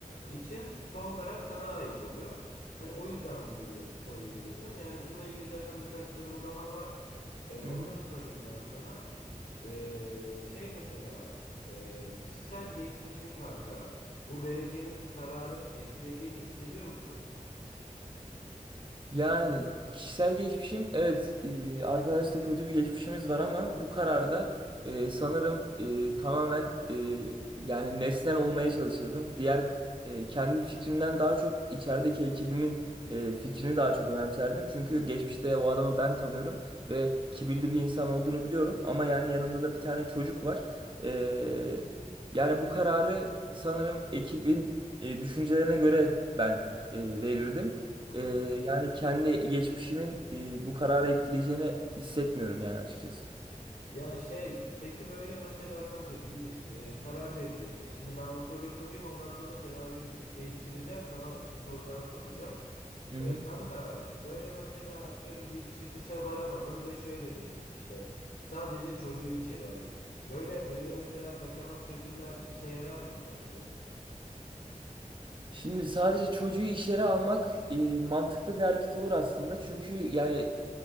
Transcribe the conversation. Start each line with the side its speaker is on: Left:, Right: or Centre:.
Left: için son karar sana ait oluyor. Hani o yüzden bunu bir sorayım dedim. Yani bununla ilgili zaten birkaç sorum daha var. Ee, onları
Right: Hı hı.
Left: sorayım ben sana. Ee, şey mesela e, kişisel geçmişin kanka bu vereceğiniz kararı etkilediğini hissediyor musun?
Right: Yani kişisel geçmişim evet e, arkadaşla kötü bir geçmişimiz var ama bu kararda e, sanırım e, tamamen e, yani nesnel olmaya çalışırdım. Diğer e, kendi fikrimden daha çok içerideki ekibimin e, fikrini daha çok önemserdim. Çünkü geçmişte o adamı ben tanıyorum ve kibirli bir insan olduğunu biliyorum ama yani yanında da bir tane çocuk var. E, yani bu kararı sanırım ekibin e, düşüncelerine göre ben e, verirdim.
Left: Hı.
Right: Ee, yani kendi geçmişimin e, bu kararı etkileyeceğini hissetmiyorum yani açıkçası.
Left: Ya şey, peki böyle mesela kanka bir e, karar vereceksin. Şimdi ben bu soruyu sorayım, ondan sonra senaryoyu bir tık değiştireceğim. Sana bir soru daha soracağım.
Right: Hı
Left: E,
Right: hı.
Left: kanka böyle mesela atıyorum bir çıkışa varamadım ve şöyle dedin işte sadece çocuğu içeri alayım. Böyle böyle mesela kaçamak çözümler işe yarar mı sence?
Right: Şimdi sadece çocuğu iş yere almak e, mantıklı bir hareket olur aslında. Çünkü yani